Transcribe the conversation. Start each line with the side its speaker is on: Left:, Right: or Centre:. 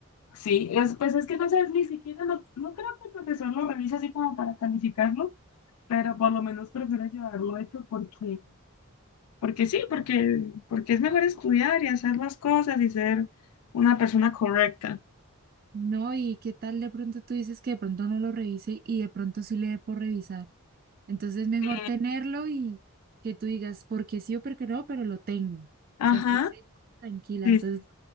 Left: sí, es, pues es que no sé, ni siquiera, lo- no creo que el profesor lo revise así como para calificarlo pero por lo menos prefiero llevarlo hecho porque Porque sí, porque, porque es mejor estudiar y hacer las cosas y ser una persona correcta.
Right: No, y qué tal de pronto tú dices que de pronto no lo revise y de pronto sí le dé por revisar. Entonces mejor
Left: Sí.
Right: tenerlo y que tú digas, porque sí o porque no, pero lo tengo. O
Left: Ajá,
Right: sea, estar segura y tranquila.
Left: sí,
Right: Entonces
Left: sí.